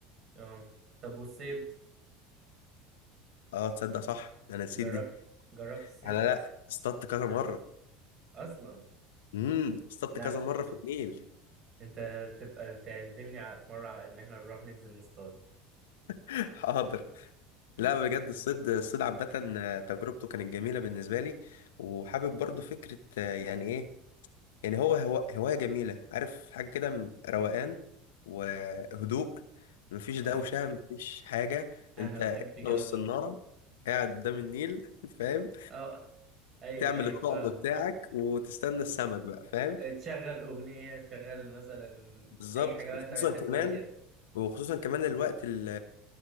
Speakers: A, on the right; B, on the left.
A: اه طب والصيد
B: اه تصدق صح ده انا نسيت
A: جرب...
B: دي
A: جربت الصيد
B: انا لا اصطدت كذا مرة
A: اصلا
B: امم اصطدت
A: لا
B: كذا
A: د-
B: مرة في النيل
A: انت تبقى تعزمني على في مره على ان احنا نروح ننزل نصطاد
B: <laughs> حاضر
A: <laughs>
B: لا بجد الصيد الصيد عامة تجربته كانت جميلة بالنسبة لي وحابب برضو فكرة آه، يعني ايه يعني هو هو هواية جميلة عارف حاجة كده م- روقان وهدوء مفيش دوشة
A: اه
B: مفيش حاجة
A: انا
B: انت
A: بحب
B: انت
A: كده
B: والصنارة
A: برضو
B: قاعد قدام النيل <laughs> فاهم
A: اه ايوه
B: تعمل
A: ايوه
B: الطقم
A: فاهمك
B: بتاعك وتستنى السمك بقى فاهم
A: تشغل اغنيه تشغل مثلا
B: بالظبط
A: اي حاجه بقى
B: وخصوصا
A: انت بتحبها
B: كمان
A: كده
B: وخصوصا كمان الوقت ال